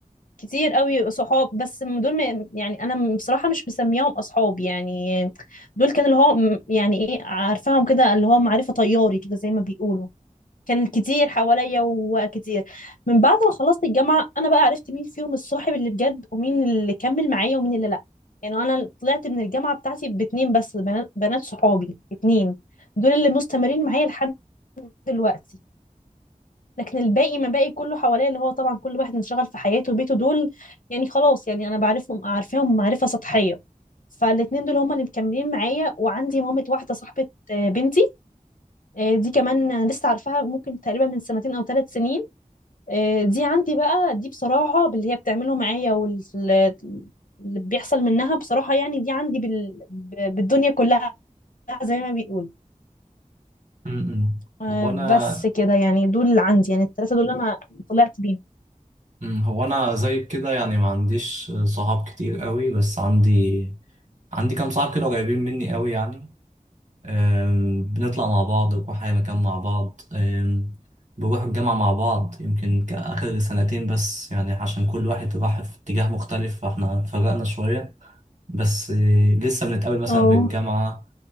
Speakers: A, on the left; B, on the right.
A: كتير قوي صحاب بس م- دول م- يعني انا م- بصراحه مش مسميهم اصحاب يعني دول كان اللي هو م- يعني ايه عارفاهم كده اللي هو معرفه طياري كده زي ما بيقولوا كان كتير حواليا وكتير من بعد ما خلصت الجامعه انا بقى عرفت مين فيهم الصاحب اللي بجد ومين اللي كمل معايا ومين اللي لا يعني انا طلعت من الجامعه بتاعتي باتنين بس بنات بنات صحابي اتنين دول اللي مستمرين معايا لحد دلوقتي لكن الباقي ما باقي كله حواليا اللي هو طبعا كل واحد منشغل في حياته وبيته دول يعني خلاص يعني انا بعرفهم عارفاهم معرفه سطحيه فالاتنين دول هما اللي مكملين معايا وعندي مامة واحده صاحبه آه، بنتي آه، دي كمان انا لسه عارفاها ممكن تقريبا من سنتين او ثلاث سنين آه، دي عندي بقى دي بصراحه باللي هي بتعمله معايا واللي بيحصل منها بصراحه يعني دي عندي بال... ب- بالدنيا كلها زي ما بيقول
B: م-م.
A: آه،
B: هو أنا
A: بس كده يعني دول اللي عندي يعني الثلاثه دول اللي انا طلعت بيهم
B: م، هو أنا زيك كده يعني ما عنديش صحاب كتير قوي بس عندي عندي كام صاحب كده قريبين مني قوي يعني أم، بنطلع مع بعض بنروح أي مكان مع بعض أم، بنروح الجامعة مع بعض يمكن ك- آخر سنتين بس يعني عشان كل واحد راح في اتجاه مختلف فاحنا اتفرقنا شوية بس إيه، لسه بنتقابل مثلا
A: اه
B: في الجامعة